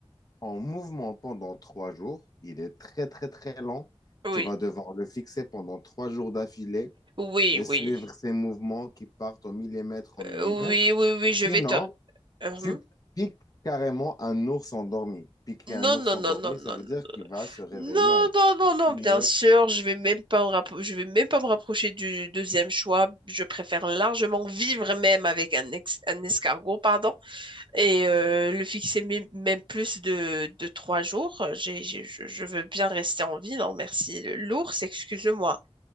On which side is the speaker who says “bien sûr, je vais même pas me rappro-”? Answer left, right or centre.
Right